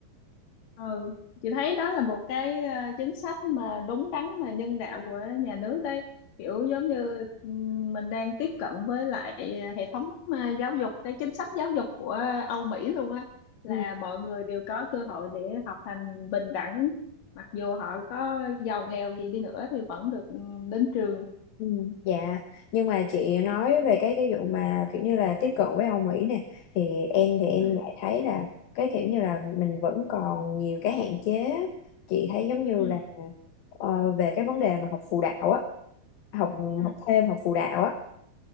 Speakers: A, on the left (about 70°); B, on the left (about 80°).
A: ừ chị thấy đó là một cái ờ, chính sách mà đúng đắn mà nhân đạo của nhà nước đấy kiểu giống như ừm, mình đang tiếp cận với lại ờ, hệ thống ờ, giáo dục cái chính sách giáo dục của Âu Mỹ luôn á là
B: Ừ.
A: mọi người đều có cơ hội để học hành bình đẳng mặc dù họ có giàu nghèo gì đi nữa thì vẫn được ừm, đến trường
B: Ừ, Dạ, nhưng mà chị nói về cái cái vụ mà kiểu như là tiếp cận với Âu Mỹ nè thì em thì em
A: ừ
B: lại thấy là cái kiểu như là mình vẫn còn nhiều cái hạn chế chị thấy giống như
A: ừ
B: là ờ, về cái vấn đề mà học phụ đạo á học
A: ừ
B: học thêm học phụ đạo á